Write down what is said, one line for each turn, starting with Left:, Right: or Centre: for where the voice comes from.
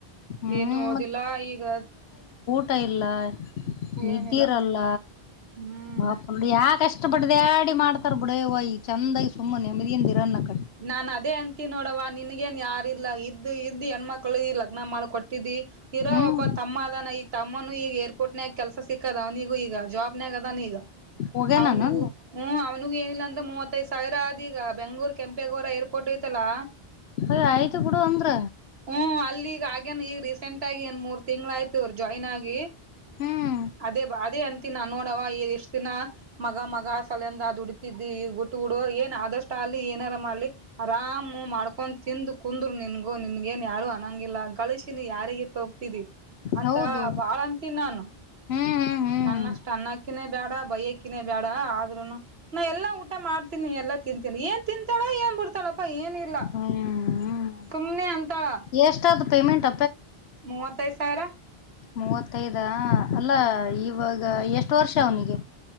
Left: ಹ್ಮ್
Right: ಏನು ಓದಿಲ್ಲ ಈಗ.
Left: ಟ ಇಲ್ಲ. ನಿದ್ದಿರಲ್ಲ
Right: ಏನಿಲ್ಲ ಹ್ಮ್
Left: <unintelligible> ಯಾಕಷ್ಟ ಇಷ್ಟಪಟ್ಟ್ದ ಆಡಿ ಮಾಡ್ತಾರ ಬಿುಡವಯ್. ಚಂದೈ ಸುಮ್ಮ ನೆಮ್ಮಿಯಿಂದ ಇರು. <inaudible>
Right: ನಾನ್ ಅದೇ ಅಂತಿ ನೋಡವ ನಿನ್ಗೇನ್ ಯಾರಿಲ್ಲ ಇದ್ದ ಇದ್ದ್ ಹೆಣ್ಮಕ್ಳು ಲಗ್ನ ಮಾಡಕ ಕೊಟ್ಟಿದ್ದಿ. ಇರೋ
Left: ಹ್ಮ್
Right: ಒಬ್ಬ ತಮ್ಮ ಅದಾನ. ತಮ್ಮನು ಈಗ ಏರ್ಪೋರ್ಟ್ನ ಆಗ ಕೆಲಸ ಸಿಕ್ಕದ ಅವನಿಗ ಈಗ ಜಾಬ್ನೇ ಆಗದ ಅವನ ಈಗ.
Left: ಹೋಗ್ಯ
Right: ಅವನಿಗೂ
Left: ನಾನು
Right: ಹ್ಮ ಅವ್ನಿಗೂ ಏನಿಲ್ಲ. ಮೂವತ್ತೈಐದು ಸಾವಿರ ಆದ್ ಬೆಂಗ್ಳೂರು ಕೆಂಪೇಗೌಡ ಏರ್ಪೋರ್ಟ್ ಏತ್ತಲ್ಲಾ
Left: ಯ್ ಆಯ್ತು ಬುಡು ಅಂದ್ರ.
Right: ಹ್ಮ್ ಅಲ್ಲಿಗ ಆಗೇನ್ ಈಗ ರೀಸೆಂಟ್ ಆಗಿ ಏನ್ ಮೂರ್ ತಿಂಗ್ಳ ಆಯ್ತವರು ಜಾಯ್ನ್ ಆಗಿ
Left: ಹ್ಮ
Right: ಅದೇ ಅದೇ ಅಂತೀನ್ ನಾ ನೋಡವ ಈಗ ಎಷ್ಟ ದಿನ ಮಗ ಮಗ ಸಲಯಂದ ಅ್ ದೂಡತಿದಿ ಈ ಗುಟ್ಟ ಗುಡು ಏನ್ ಆದಷ್ಟ ಅಲ್ಲಿಲಿ ಏನಾರ ಮಾಡ್ಲಿ ಆರಾಮ ಮಾಡ್ಕೊ ತಂದು ಕುಂದ್ರು ನಿನ್ಗು ನಿನ್ಗೇನ್ ಯಾರು ಅನ್ನಂಗಿಲ್ಲ ಗಳಿಸಿಿನ ಯಾರಿಗ ಇಟ್ಟ ಹೋಗ್ತಿದಿ ಅಂತ
Left: ಹೌದು
Right: ಬಾಳ ಅಂತೀನ್ ನಾನು
Left: ಹ್ಮ್ ಹ್ಮ್ ಹ್ಮ್
Right: ನನ್ನ ಅಷ್ಟು ಅನ್ನ ಕೇ ಬೇಡ ಬೈಕಿನೇ ಬೇಡ ಆದ್ರರುನು ನಾ ಎಲ್ಲಾ ಊಟ ಮಾಡ್ತೀನಿ ಎಲ್ಲಾ ತಿಂತೀನಿ ಏನ್ ತಿಂತಾಳಾ ಏನ್ ಬಿಡ್ತಾಳಪ್ಪಾ ಏನ್ ಇಲ್ಲ
Left: ಹ್ಮ್ ಹ್ಮ್
Right: ಸುಮ್ನೆ ಅಂತಾಳ
Left: ಎಷ್ಟಾದ ಪೇಮೆಂಟ್
Right: ಮೂವತ್ತೈದ ಸಾವಿರ
Left: ಮೂವತ್ತೈಐದು ಹ ಅಲ್ಲಾ ಇವಾಗ ಎಷ್ಟು ವರ್ಷ ಅವನಿಗೆ